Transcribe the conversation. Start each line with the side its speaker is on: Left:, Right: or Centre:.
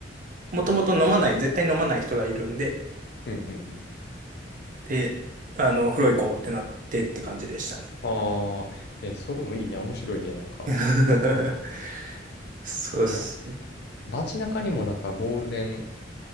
Right: もともと飲まない、絶対飲まない人がいるんで、
Left: うん、うん。
Right: で、あの、風呂行こうってなってって感じでしたね。
Left: ああ、えーそれもいいね。面白いね。なんか、
Right: <laughs> そうっす。
Left: ま、街中にもなんかゴールデン